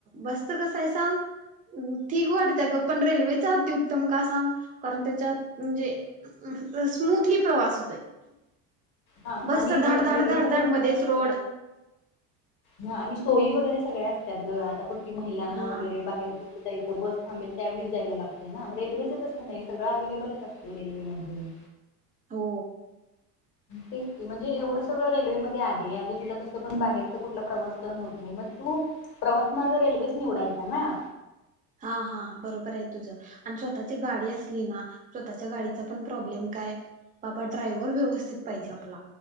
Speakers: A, on the right (about 15°); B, on the left (about 50°).
A: बस कसं आहे सांग ठीक वाटतय ग पण रेल्वेच अतिउत्तम का सांग कारण त्याच्यात म्हणजे स्मूथली प्रवास होतोय.
B: हा
A: बसचा
B: आणि
A: धाड धाड
B: रेल्वेमध्येध्ये
A: धाड धाड
B: कस
A: मध्येच रोड
B: ह आणि सोयी वगैरे सगळ्या असतात ग आता बघ की महिलांना
A: हा
B: वगैरे बाहेर त इथं बस थांबेल त्यावेळीच जायला लागते ना रेल्वेचच असत नाही सगळं अव्लेबलच असते रेल्वेमध्येध्ये
A: हो
B: तेच म्हणजे एवढं सगळं रेल्वे मध्ये आहे आणि तुला कसं पण बाहेरचा कुठला प्रवास करन होत नाही मग तू प्रवास मार्ग रेल्वेच निवडायचा ना.
A: हा हा बरोबर आहे तुझं आणि स्वतःची गाडी असली ना स्वतःच्या गाडीचा पण प्रॉब्लेम काय बाबा ड्रायव्हर व्यवस्थित पाहिजे आपला.